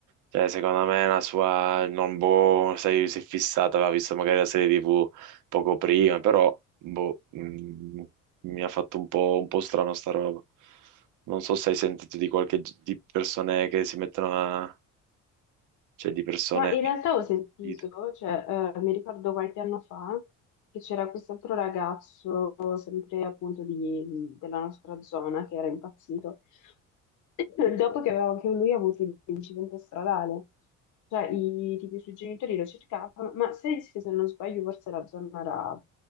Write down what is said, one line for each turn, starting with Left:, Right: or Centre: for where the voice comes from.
Right: cioè, secondo me la sua non boh, sai, si è fissata, aveva visto magari la serie TV poco prima, però boh, mm, mi ha fatto un po', un po' strano sta roba. Non so se hai sentito di qualche di persone che si mettono a... Cioè, di persone.
Left: Ma in realtà ho sentito,
Right: Dite.
Left: cioè, eh, mi ricordo qualche anno fa che c'era quest'altro ragazzo, sempre appunto di- della nostra zona, che era impazzito, <coughs> <laughs> dopo che, aveva- che lui ha avuto l'incidente stradale. Cioè, i, tipo, i suoi genitori lo cercavano, ma se, se non sbaglio forse la zona era,